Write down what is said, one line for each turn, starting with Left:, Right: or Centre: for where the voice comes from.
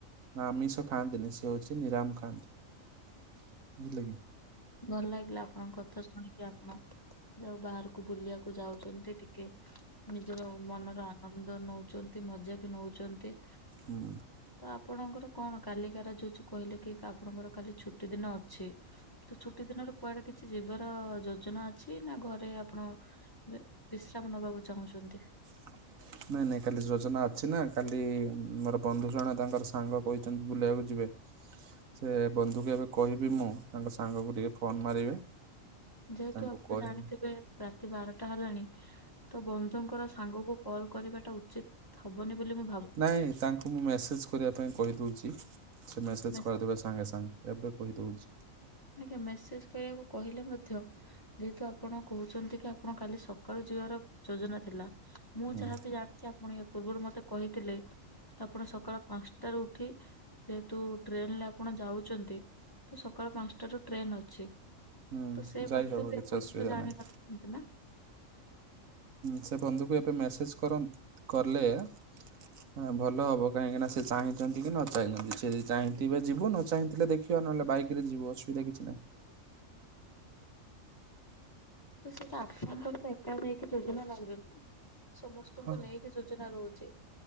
Right: ନା ଆମିଷ ଖାଆନ୍ତିନି ସିଏ ହଉଚି ନିରାମ୍ ଖାଆନ୍ତି ବୁଝିଲେ କି।
Left: ଭଲ ଲାଗିଲା ଆପଣଙ୍କ କଥା ଶୁଣିକି ଆପଣ ଯଉ ବାହାରକୁ ବୁଲିବାକୁ ଯାଉଛନ୍ତି ଟିକେ ନିଜର ମନର ଆନନ୍ଦ ନଉଛନ୍ତି ମଜା ବି ନଉଛନ୍ତି।
Right: ହୁଁ।
Left: ତ ଆପଣଙ୍କର କଣ କାଲିକାର ଯୋଉ କହିଲେ କି ଆପଣଙ୍କର ଖାଲି ଛୁଟି ଦିନ ଅଛି। ତ ଛୁଟି ଦିନରେ କୁଆଡେ କିଛି ଯିବାର ଯୋଜନା ଅଛି ନା ଘରେ ଆପଣ ବିଶ୍ରାମ ନେବାକୁ ଚାହୁଁଛନ୍ତି।
Right: <inaudible> ନାଇଁ ନାଇଁ କାଲି ଯୋଜନା ଅଛି ନା କାଲି ମୋର ବନ୍ଧୁ ଜଣ ତାଙ୍କର ସାଙ୍ଗ କହିଛନ୍ତି ବୁଲିବାକୁ ଯିବେ। ସେ ବନ୍ଧୁକୁ ଏବେ କହିବି ମୁଁ ତାଙ୍କ ସାଙ୍ଗକୁ ଟିକେ ଫୋନ୍ ମାରିବେ
Left: ଯେହେତୁ
Right: ତାଙ୍କୁ
Left: ଆପଣ
Right: କହିବେ
Left: ଜାଣିଥିବେ ରାତି ବାରଟା ହେଲାଣି ତ ବନ୍ଧୁ ଙ୍କର ସାଙ୍ଗକୁ କଲ୍ କରିବାଟା ଉଚିତ୍ ହବନି ବୋଲି ମୁ
Right: ନାଇଁ ତାଙ୍କୁ ମୁଁ ମେସେଜ୍ କରିବା ପାଇଁ କହି ଦଉଚି ସେମେସେଜ୍
Left: ମେସ୍-
Right: କରିଦେବେ ସାଙ୍ଗେ ସାଙ୍ଗେ ଏବେ କହିଦଉଚି।
Left: ଆଜ୍ଞା ମେସେଞ୍ଜ କରିବାକୁ କହିଲେ ମଧ୍ୟ ଯେହେତୁ ଆପଣ କହୁଛନ୍ତିକି ଆପଣ କାଲି ସକାଳୁ ଯିବାର ଯୋଜନା ଥିଲା ମୁଁ
Right: ହୁଁ।
Left: ଯାହାବି ଜାଣିଚି ଆପଣ ଆ ପୂର୍ବରୁ ମତେ କହିଥିଲେ ଆପଣ ସକାଳ ପାଞ୍ଚଟାରୁ ଉଠି ଯେହେତୁ ଟ୍ରେନରେ ଆପଣ ଯାଉଚନ୍ତି ତସକାଳ ପାଞ୍ଚଟା ରୁ ଟ୍ରେନ୍ ଅଛି
Right: ହୁଁ
Left: ତସେ
Right: ଯାଇ
Left: ବନ୍ଧୁବି
Right: ହବ କିଛି
Left: ଏପର୍ଯ୍ୟନ୍ତ
Right: ଅସୁବିଧା
Left: ଜାଣିନଥାନ୍ତିନା?
Right: ନାହିଁ। ସେ ବନ୍ଧୁକୁ ଏବେ ମେସେଞ୍ଜ କର କଲେ ହଁ ଭଲ ହବ କାହିଁକିନା ସେ ଚାହିଁଚନ୍ତିକି ନଚାହିଁଚନ୍ତି ସେଯେଦି ଚାହିଁଥିବେ ଯିବୁ ନଚାହିଁଥିଲେ ଦେଖି ଥି ନହେଲେ ବାଇକରେ ଯିବ ଅସୁବିଧା କିଛି ନାହିଁ।
Left: ତୁ ସେଇଟା ଆପଣଙ୍କର ଦାଇ କା ନେଇକି ଯୋଜନା ନୋଉଚନ୍ତିନା ସମସ୍ତଙ୍କୁ
Right: ହଁ।
Left: ନେଇକି ଯୋଜନା ରହୁଚି।